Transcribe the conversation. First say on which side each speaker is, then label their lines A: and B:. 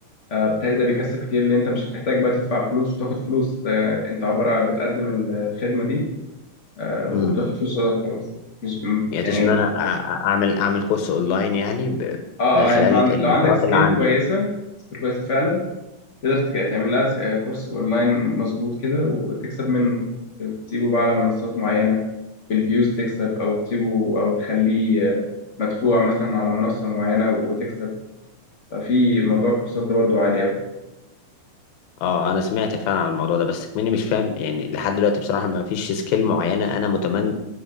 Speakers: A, on the left; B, on the left.
A: آه، بالتالي ده بيكسب كتير لان انت مش بتحتاج بقى تدفع فلوس وتاخد فلوس انت انت عباره عن بتقدم الخدمه دي آه، وبتاخد
B: ايه
A: فلوس وده وخلاص مش ب-
B: يعني
A: يعني
B: تقصد ان
A: مش-
B: انا أ- أ- اعمل اعمل كورس اونلاين يعني ب...
A: اه
B: من خلال
A: اه يعني انت عند... لو
B: المهارات
A: عندك سكيل
B: اللي عندي
A: كويسه
B: يعني
A: سكيل كويسه فعلا تقدر تك- تعمل لها س- كورس اونلاين مظبوط كده وتكسب منه تسيبه بقى على منصات معينة بالفيوز تكسب او تسيبه او تخليه آه، مدفوع مثلا على منصة معينة وتكسب ففي موضوع الكورسات ده برضو عالي قوي
B: اه انا سمعت فعلا عن الموضوع ده بس مني مش فاهم يعني لحد دلوقتي بصراحة ما فيش سكيل معينة انا متمن